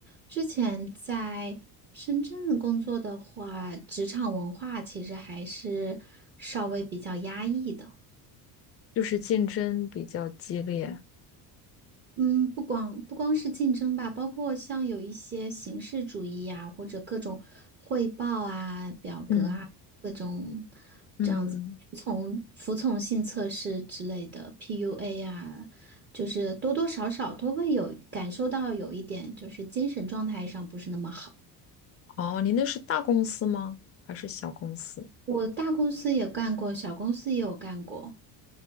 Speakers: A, on the right; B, on the left.
A: 之前在深圳工作的话，职场文化其实还是稍微比较压抑的。
B: 就是竞争比较激烈。
A: 嗯，不光不光是竞争吧，包括像有一些形式主义呀、或者各种汇报啊、表格啊，
B: 嗯
A: 各种
B: 嗯，
A: 这样子服从服从性测试之类的
B: 嗯
A: PUA 啊，就是多多少少都会有感受到有一点，就是精神状态上不是那么好。
B: 哦，你那是大公司吗？还是小公司？
A: 我大公司也干过，小公司也有干过。